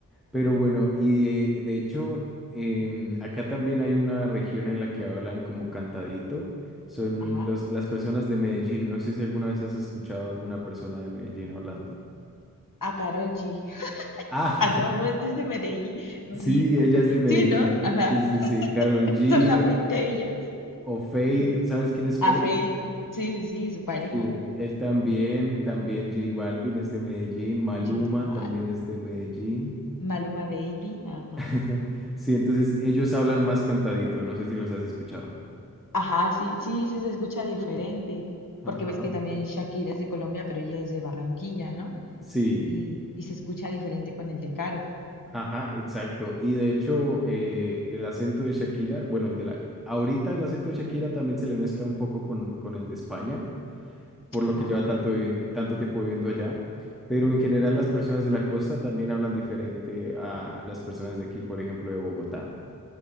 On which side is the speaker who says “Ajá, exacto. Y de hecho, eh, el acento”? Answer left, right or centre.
Centre